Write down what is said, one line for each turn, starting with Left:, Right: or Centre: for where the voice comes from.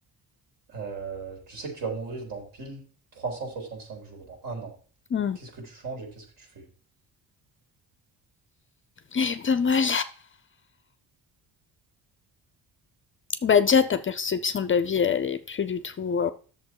Right: euh, tu sais que tu vas mourir dans pile 365 jours, dans un an.
Left: Hmm.
Right: Qu'est-ce que tu changes et qu'est-ce que tu fais?
Left: Elle est pas mal. Bah déjà, ta perception de la vie, elle est plus du tout.